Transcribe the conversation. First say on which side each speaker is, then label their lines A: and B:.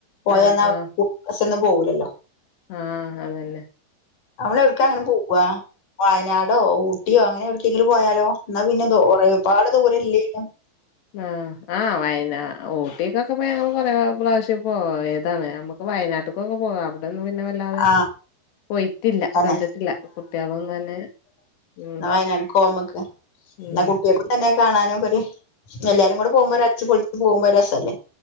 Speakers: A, on the left; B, on the left.
A: പോയാന്നാ
B: ആഹ് ആഹ്
A: <unintelligible> പോവൂല്ലല്ലോ
B: ആഹ് അതന്നെ
A: അമ്മളെ എവ്ട്ക്കാ അങ്ങനെ പോവാ വയനാടോ ഊട്ടിയോ അങ്ങനെ എവട് ക്കെങ്കിലും പോയാലോ ഇന്നാ പിന്നെന്തോ ഒറെയൊരുപാട് ദൂര ഇല്ലേനും
B: ന്നാ ആഹ് വയനാ ഊട്ടിക്കൊക്കെപ്പോ ഞങ്ങള് കൊറേ പ്രാവശ്യം ഇപ്പോ ഏതാണ് ഞമ്മ ക്ക് വയനാട്ട്ക്കൊക്കേ പോവാ അവടൊന്നും പിന്നെ വല്ലാതെ
A: ആഹ്
B: പോയി ട്ടില്ല
A: തന്നെ
B: കണ്ടിട്ടില്ല കു കുട്ട്യാളൊന്നും തന്നെ ഉം
A: ഇന്നാ വയനാട്ക്കോവാമ്മക്ക്
B: ഉം
A: ന്നാ കുട്ട്യാക്കത് തന്നെ കാണാനും ഒര് എല്ലാരും കൂടെ പോവുമ്പോ ഒരു അട്ച്ച് പൊളിച്ച് പോവുമ്പോ ഒര് രസല്ലേ